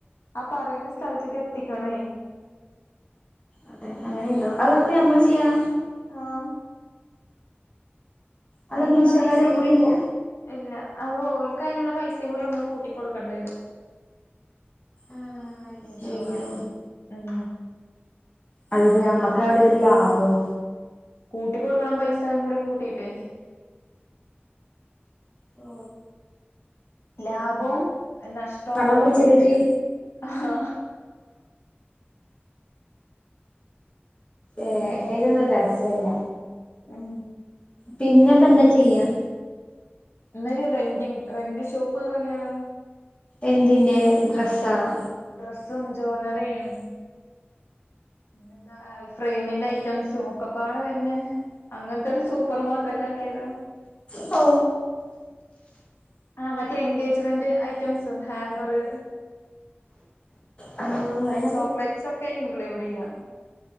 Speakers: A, on the left (about 85°); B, on the left (about 30°).
A: ആ പറയുന്ന സ്ഥലത്തേക്ക് എത്തിക്കണേ?.
B: അതെ അങ്ങനെയ ഉണ്ടോ അതൊക്കെ നമ്മൾ ചെയ്യണം.
A: ആഹ് -
B: അത്
A: അതിനുള്ള
B: മീശോക്കാര്
A: പൈസയും
B: കൊടുന്നില്ല
A: കൂടി ഇല്ല അത് ഓൾക്ക് അതിനുള്ള പൈസയും കൂടി നമ്മൾ കൂട്ടി കൊടുകണ്ടിവരും.
B: ആഹ്
A: മെഷോകാർക്ക്.
B: അയ്യോ
A: ഉം
B: അതിപ്പോ ഞമ്മക്ക് എവിടെ ഇതിൽ ലാഭം?
A: കൂട്ടി കൊടുക്കണം പൈസ ങ്ങ്ട് കൂട്ടിയിട്ട്
B: ഓ
A: ലാഭവും, നഷ്ടവും
B: വെള്ളം
A: ഒക്കെ
B: കുടിച്ചലജ്
A: പണം കൂട്ടിട്ട് ആഹ്
B: ഏ
A: ഉം
B: ഏതന്നൂ രസല്ല
A: ഉം
B: പിന്നെപ്പൊ എന്താ ചെയ്യാ?
A: എന്നരു റെൻ്റിംങ് റെന്റ ഷോപ്പ് തുടങ്ങിയാലോ?
B: എന്തിന്റെ ഡ്രസ്സ് ആണോ?
A: ഡ്രസ്സും, ജ്വാലറിയും. പിന്നെ എന്താ ഫ്രെമിന്റെ ഐറ്റംസും ഒക്കപ്പാടെ വരണെ അങ്ങനത്തൊരു സൂപ്പർ മാർക്കറ്റ് ആക്കിയാലോ?
B: ഓ
A: ആ മറ്റേ എൻഗേജ്മെന്റ് ഐറ്റംസും ഹാമ്പറ്
B: തന്നെ <unintelligible>
A: ചോക്ലേറ്റ്സ് ഒക്കെ ഇന്ക്ലൂട് ചെയ്യാം.